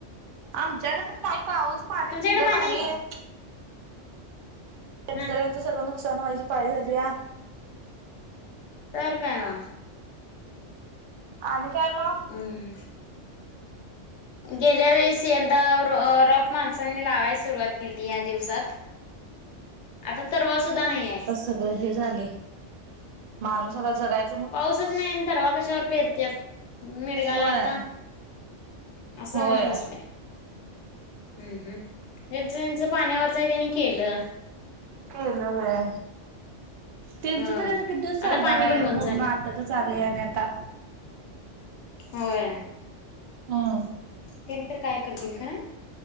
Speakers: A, on the right (about 60°); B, on the left (about 70°).
A: आमच्याकडे पण नाही पाऊस पाणी
B: तुमच्याकडे
A: कुठलं
B: पाणी
A: नाहीये.
B: आहे का
A: शेतकऱ्यांचं
B: हा
A: सगळं नुकसान व्हाये पाळी झाली.
B: तर काय ओ.
A: आणि काय म,
B: हम्म गेल्या वळेस यंदा रोप माणसांनी लावायला सुरुवात केली त या दिवसात आता तरवा सुद्धा नाही आहे.
A: सग हे झाले माणूस आता जगाय
B: पाऊसच नाही तरवा कशावर पेरतेत मिरगाला
A: होय
B: आता. असं
A: होय
B: हुन
A: हा
B: बसलय. हम् हम् त्यांच पाण्यावरचय त्यांनी केलं.
A: केलंव्हय त्यांच
B: होय
A: तरी आता किती दिवस चालणार
B: आता पाणी
A: आहे
B: पण बंद
A: पूर्ण
B: झालं
A: आता चालेय आणि आता.
B: होय.
A: हा.
B: तेणी तरी काय करतील. खरं